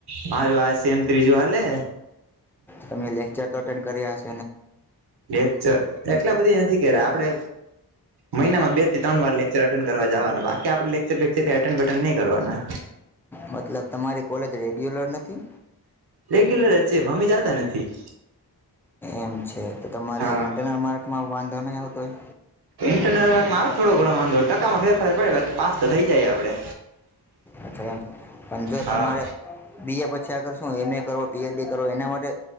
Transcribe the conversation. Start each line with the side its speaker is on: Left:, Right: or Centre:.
Right: મારું આ છે એમ ત્રીજું હાલે
Centre: તમે લેકચર તો અટેન્ડ કર્યા જ
Right: લેક્ચર એટલા બધી નથી કે આપડે મહિનામાં બે ત્રણ વાર લેચરટે કરવા જવાનું બાકી આપણે લેકચર નહી કરવાના.
Centre: મતલબ તમારી કોલેજ રેગ્યુલર નથી.
Right: રેગ્યુલર છે પણ અમે જતા નથી.
Centre: એમ છે તો તમારે
Right: હા,
Centre: ઇન્ટરનલ માર્કમાં વાંધો નહી આવતો હોય.
Right: ઇન્ટરનલ માર્કમાં આવે થોડો ઘણો વાંધો ટકામાં ફેરફાર પડે બાકી પાસ તો થઈ જાય આપડે.
Centre: અચ્છા એ પણ જો
Right: હા
Centre: તમારે બી એ પછી આ કરશો. શું એમ એ કરો બી એથી કરો એના માટે